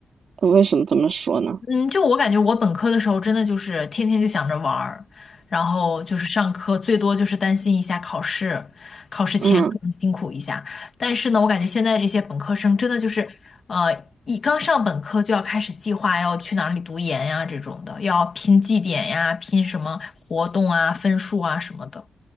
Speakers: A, on the right; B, on the left.
A: 呃为什么这么说呢？
B: 嗯，就我感觉，我本科的时候真的就是天天就想着玩儿，然后就是上课，最多就是担心一下考试，考试前可能辛苦一下。
A: 嗯，
B: 但是呢，我感觉现在这些本科生真的就是，呃，一刚上本科就要开始计划要去哪里读研呀这种的，要拼绩点呀，拼什么活动啊、分数啊什么的，